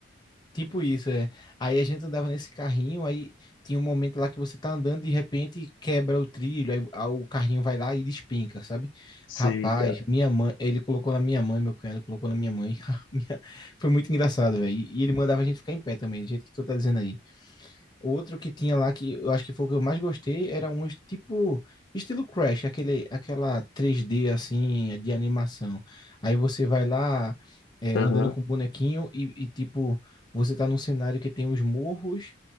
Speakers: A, on the left; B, on the left.
A: tipo isso, é. Aí a gente andava nesse carrinho, aí tinha um momento lá que você tá andando de repente quebra o trilho, aí, a- o carrinho vai lá e despenca, sabe?
B: Sim,
A: Rapaz,
B: cara.
A: minha mãe, ele colocou na minha mãe, meu cunhado colocou na minha mãe. <laughs> Minha- Foi muito engraçado, velho. E e ele mandava a gente ficar em pé também, do jeito que tu tá dizendo aí. Outro que tinha lá que eu acho que foi o que eu mais gostei era um tipo estilo Crash, aquele, aquela 3D assim de animação. Aí você vai lá é,
B: Aham,
A: andando com o bonequinho e, e, tipo você tá num cenário que tem os morros,